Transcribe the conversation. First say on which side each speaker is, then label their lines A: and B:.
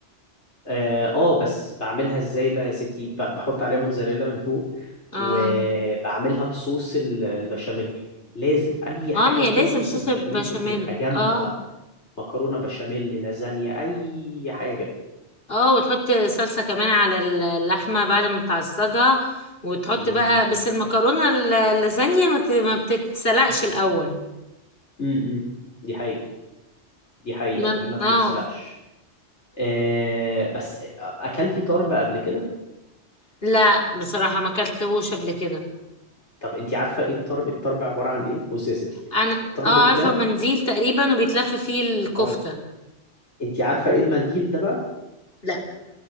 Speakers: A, on the left; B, on the left.
A: اه آه، بس بعملها ازاي بقى يا ستي ب- بحط عليها موتزاريلا من فوق
B: اه
A: وبعملها بصوص ال- البشاميل لازم أي حاجة
B: اه ما هي
A: فيها
B: لازم
A: صوص
B: صوص
A: البشاميل
B: البشاميل
A: اللي بتبقى جامدة
B: اه
A: بقى مكرونة بشاميل لازانيا أي حاجة
B: اه وتحط صلصة كمان على اللحمة بعد ما بتعصجها وتحط
A: مم.
B: بقى بس المكرونة الل- اللازانيا ما ت- ما بتتسلقش الأول
A: مم. مم. دي حقيقة دي حقيقة
B: ما
A: دي ما بتتسلقش
B: اه
A: آه بس آه، اكلتي طرب قبل كده
B: لا بصراحة ما اكلتهوش قبل كده
A: طب انت عارفه ايه الطرب الطرب عباره عن ايه بصي يا ستي
B: انا
A: الطرب
B: اه
A: ده
B: عارفة منديل تقريبا وبيتلف فيه الكفتة
A: اه انت عارفه ايه المنديل ده بقى
B: لا